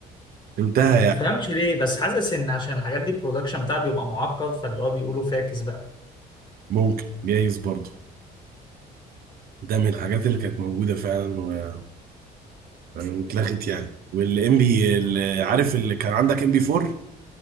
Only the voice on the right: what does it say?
انتهى
يعني
ممكن جايز برضه ده من الحاجات اللي كانت موجودة فعلا و- يعني واتلغت يعني والام بي اللي عارف اللي كان عندك ام بي 4